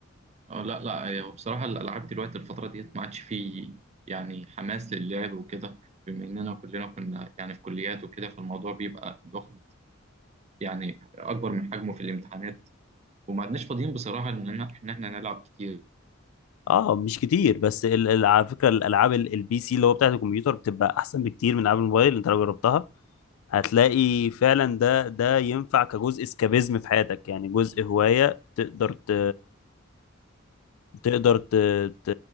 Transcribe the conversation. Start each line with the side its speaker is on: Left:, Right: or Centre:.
Right: آه، لا لا آه، هو بصراحه الالعاب دلوقتي الفتره ديت ما عادش فيه يعني حماس للعب وكده بما اننا كلنا كنا يعني في كليات وكده فالموضوع بيبقى واخد يعني اكبر من حجمه في الامتحانات وما عدناش فاضيين بصراحه ان إحنا- ان احنا نلعب كتير
Left: اه مش كتير بس ال... ال- على فكره الالعاب ال- البي سي اللي هو بتاعت الكمبيوتر بتبقى احسن بكتير من العاب الموبايل انت لو جربتها هتلاقي فعلا ده ده ينفع كجزء اسكابيزم في حياتك يعني جزء هواية تقدر ت... تقدر ت... ت...